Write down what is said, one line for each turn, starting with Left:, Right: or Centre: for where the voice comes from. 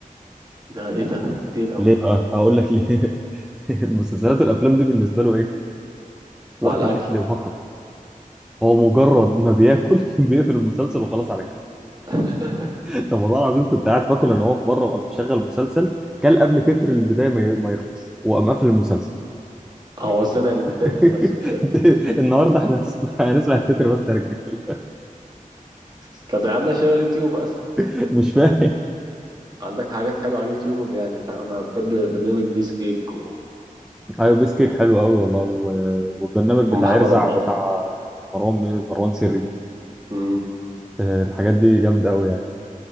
Right: ده ايه ده كتير قوي
Centre: ليه بقى؟ هقول لك ليه <laughs> المسلسلات والأفلام دي بالنسبة له إيه؟ وقت
Right: مع الاكل
Centre: الأكل فقط هو مجرد ما بياكل <laughs> بيقفل المسلسل وخلاص على
Right: <laughs>
Centre: كده طب والله العظيم كنت قاعد باكل أنا واقف بره وقام مشغل مسلسل كان قبل تتر البداية ما ي- ما يخلص وقام قافل المسلسل
Right: هو سمع التتر
Centre: <laughs>
Right: بس وشافه
Centre: النهارده احنا هنسمع هنسمع التتر بس يا رجاله
Right: <laughs> طب يا عم شغل يوتيوب أسهل
Centre: <laughs> مش فاهم
Right: عندك حاجات حلوة على اليوتيوب يعني فاهم أنا بحب برنامج بيس كيك و...
Centre: ايوه بيس كيك حلو قوي والله و- والبرنامج
Right: ومحمد
Centre: بتاع ارزع
Right: أبو عاطي
Centre: بتاع مروان مروان سري
Right: أمم،
Centre: آه، الحاجات دي جامدة قوي